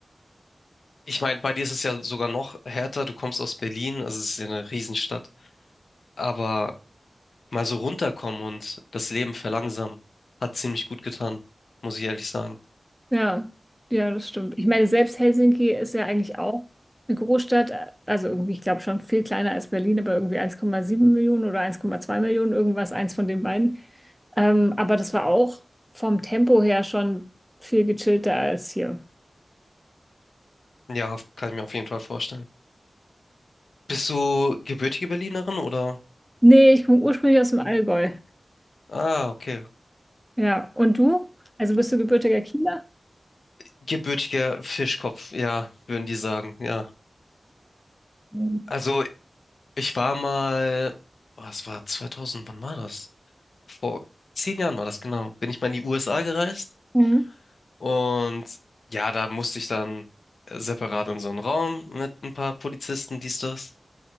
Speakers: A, on the left (about 80°); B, in the centre.
A: ich meine, bei dir ist es ja sogar noch härter. Du kommst aus Berlin, also es ist ja eine Riesenstadt. Aber mal so runterkommen und das Leben verlangsamen. Hat ziemlich gut getan, muss ich ehrlich sagen.
B: Ja, ja, das stimmt. Ich meine, selbst Helsinki ist ja eigentlich auch eine Großstadt, also irgendwie, ich glaube schon viel kleiner als Berlin, aber irgendwie 1,7 Millionen oder 1,2 Millionen, irgendwas, eins von den beiden. Ähm, aber das war auch vom Tempo her schon viel gechillter als hier.
A: Ja, kann ich mir auf jeden Fall vorstellen. Bist du gebürtige Berlinerin oder?
B: Nee, ich komme ursprünglich aus dem Allgäu.
A: Ah, okay.
B: Ja, und du? Also bist du gebürtiger Kieler?
A: Gebürtiger Fischkopf, ja, würden die sagen, ja.
B: Mhm.
A: Also, ich war mal, was war 2000, wann war das? Vor zehn Jahren war das, genau. Bin ich mal in die USA gereist
B: Mhm.
A: und ja, da musste ich dann separat in so einen Raum mit ein paar Polizisten, dies, das.